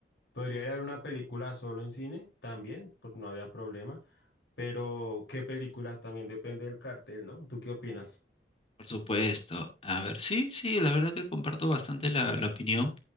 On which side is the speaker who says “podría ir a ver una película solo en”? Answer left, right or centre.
Left